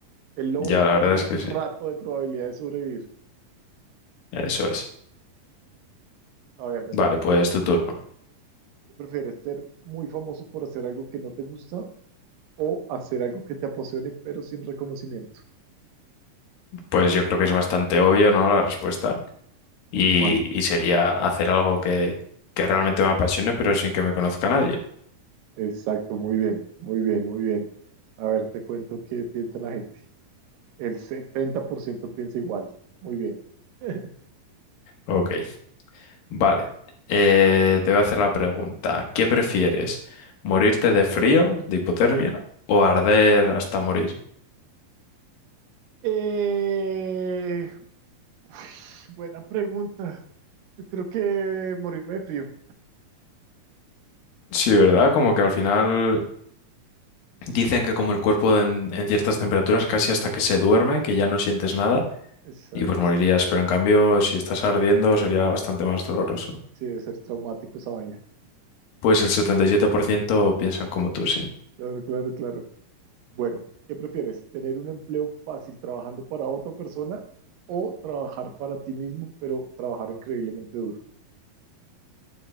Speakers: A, on the right (about 75°); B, on the left (about 75°).
A: El lobo
B: Ya, la
A: tiene
B: verdad
A: un
B: es que sí,
A: rato de probabilidad de sobrevivir.
B: eso es.
A: A ver, me
B: Vale,
A: toca a mí.
B: pues tu turno.
A: ¿Qué prefieres ser muy famoso por hacer algo que no te gusta o hacer algo que te apasione pero sin reconocimiento?
B: Pues yo creo que es bastante obvio, ¿no? La respuesta. Y,
A: ¿Cuál?
B: y sería hacer algo que, que realmente me apasione, pero sin que me conozca nadie.
A: Exacto, muy bien, muy bien, muy bien. A ver, te cuento qué piensa la gente. El 70% piensa igual. Muy bien. <laughs>
B: Ok, vale. Eh, te voy a hacer la pregunta. ¿Qué prefieres? ¿Morirte de frío, de hipotermia, o arder hasta morir?
A: Eh, uf, buena pregunta. Yo creo que morirme de frío.
B: Sí, ¿verdad? Como que al final dicen que como el cuerpo en, en ciertas temperaturas casi hasta que se duerme, que ya no sientes nada
A: Exacto.
B: y pues morirías, pero en cambio si estás ardiendo sería bastante más doloroso.
A: Sí, debe ser traumático esa vaina.
B: Pues el setenta y siete por ciento piensan como tú, sí.
A: Claro, claro, claro. Bueno, ¿qué prefieres? ¿Tener un empleo fácil trabajando para otra persona o trabajar para ti mismo, pero trabajar increíblemente duro?